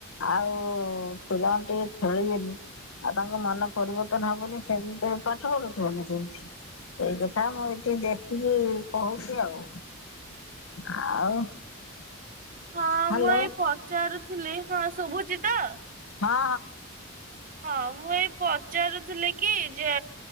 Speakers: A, on the left; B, on the right.
A: ଆଉ ପିଲାମାନେ ଟିକେ ଖେଳିବେନି ଆଉ ତାଙ୍କ ମନ ପରିବର୍ତ୍ତନ ହବ କେମିତି ସେମିତି ପାଠ ପଢୁଥିବନା ସେମିତି। ଏଇ କଥା ମୁଁ ଏଠି ଟିକେ ଦେଖିଲି କହୁଚି ଆଉ। ଆଉ
B: ହଁ
A: ହ୍ୟାଲୋ
B: ମୁଁ ଏଇ ପଚାରୁଥିଲି ହଁ ଶୁଭୁଚିତ?
A: ହଁ
B: ହଁ ମୁଁ ଏଇ ପଚାରୁଥିଲି କି ଯେ